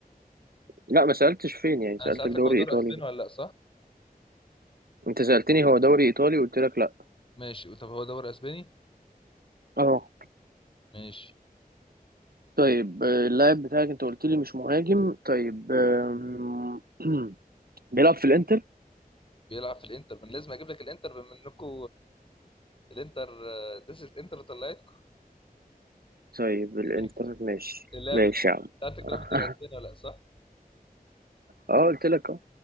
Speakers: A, on the right; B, on the left.
A: لا ما سألتش فين يعني سألتك
B: انا سالتك
A: دوري
B: هو دوري
A: إيطالي
B: اسباني
A: ده.
B: ولا لا صح
A: أنت سألتني هو دوري إيطالي قلت لك لا
B: ماشي طب هو دوري اسباني
A: اه
B: ماشي
A: طيب آه، اللاعب بتاعك أنت قلت لي مش مهاجم طيب آم، <clears throat> بيلعب في الإنتر
B: بيلعب في الانتر من لازم اجيب لك الانتر بما انكم الانتر ديس الانتر طلعت
A: طيب الإنتر
B: <laughs>
A: ماشي
B: اللاعب
A: ماشي يا عم
B: سالتك
A: <laughs>
B: بيلعب في الدوري الاسباني ولا لا صح
A: اه قلت لك اه